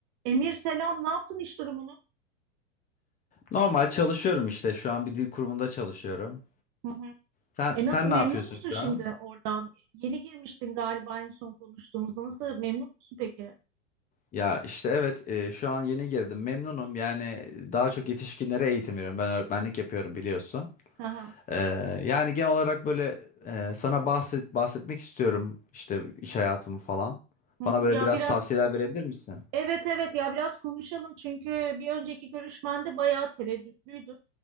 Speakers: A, on the right; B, on the left.
A: Emir selam, ne yaptın iş durumunu?
B: Normal çalışıyorum işte. Şu an bir dil kurumunda çalışıyorum.
A: Hı hı.
B: Sen
A: E
B: sen
A: nasıl
B: ne
A: memnun
B: yapıyorsun
A: musun şimdi
B: şu an?
A: oradan? Yeni girmiştin galiba en son konuştuğumuzda. Nasıl memnun musun peki?
B: Ya işte evet e, şu an yeni girdim. Memnunum. Yani daha çok yetişkinlere eğitim veriyorum. Ben öğretmenlik yapıyorum biliyorsun.
A: Hı hı.
B: Ee, yani genel olarak böyle e, sana bahset bahsetmek istiyorum işte iş hayatımı falan.
A: Hı
B: Bana
A: hı.
B: böyle
A: Ya
B: biraz
A: biraz
B: tavsiyeler verebilir misin?
A: evet evet ya biraz konuşalım çünkü bir önceki görüşmende bayağı tereddütlüydün.